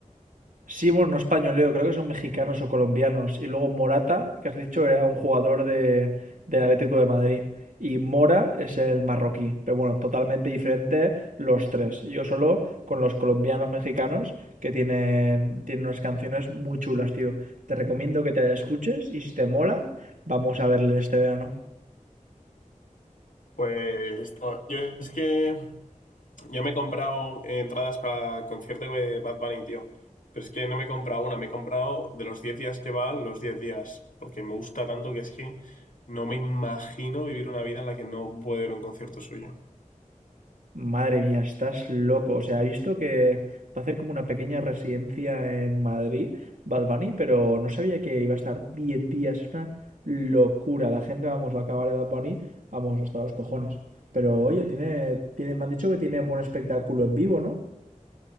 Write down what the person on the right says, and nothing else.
Sí, bueno, no españoleo, creo que son mexicanos o colombianos. Y luego Morata, que has dicho, era un jugador de, del Atlético de Madrid. Y Mora es el marroquí. Pero bueno, totalmente diferente los tres. Yo solo con los colombianos mexicanos que tienen, tienen unas canciones muy chulas, tío. Te recomiendo que te escuches y si te mola, vamos a verle este verano.
Madre mía, estás loco. O sea, ha visto que va a hacer como una pequeña residencia en Madrid, Bad Bunny, pero no sabía que iba a estar 10 días. Es una locura. La gente, vamos, va a acabar de Bad Bunny, vamos, hasta los cojones. Pero oye, tiene, tiene, me han dicho que tiene buen espectáculo en vivo, ¿no?